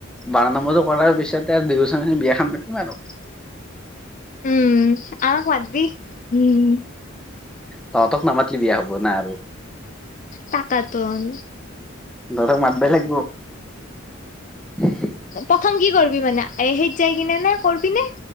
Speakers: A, in the centre; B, on the left (about 40°).
A: বাৰ নম্বৰটো কৰাৰ পিছতে আৰু, দুই বছৰ পিছত বিয়াখন পাতিম আৰু।
B: উম, আমাক মাতবি, উম।
A: তহঁতক নামাতলি বিয়া হ'ব না আৰু।
B: পাতা টোন।
A: তহঁতক মাতবা লাগব। <unintelligible>
B: প্ৰথম কি কৰিবি মানে, সেইত যাই কিনে নে, কৰিবি নে,